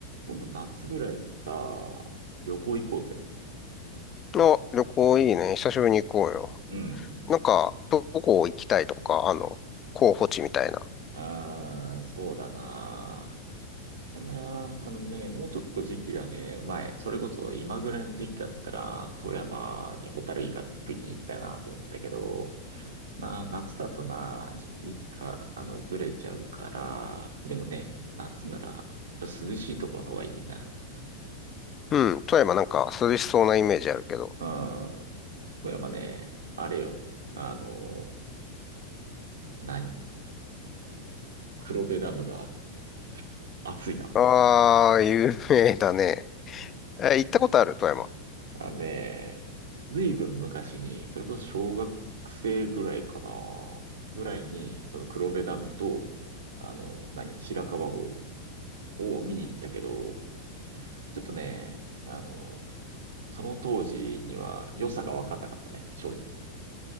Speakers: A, on the right; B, on the left.
A: 今度夏ぐらいにさ、旅行行こうぜ。
B: あ、旅行いいね。久しぶりに行こうよ。
A: うん。
B: なんか、どこ行きたいとか、あの、候補地みたいな。
A: ああ、そうだな。だな。あのね、もうちょっと時期がね、前、それこそ今ぐらいの時期だったら、富山にホタルイカ食いに行きたいなと思ったけど、な、夏だとな、時期か、あの、ずれちゃうから、でもね、夏なら、やっぱ涼しいところの方がいいな。
B: うん、富山なんか涼しそうなイメージあるけど。
A: うん。富山ね、あれよ。あの、何黒部ダムがある。暑いな。
B: ああ、有名だね。え、行ったことある富山。
A: あのね、ずいぶん昔に、それこそ小学生ぐらいかな、ぐらいに、その黒部ダムと、あの、何、白川郷を見に行ったけど、ちょっとね、あの、その当時には良さが分かったかったね、正直。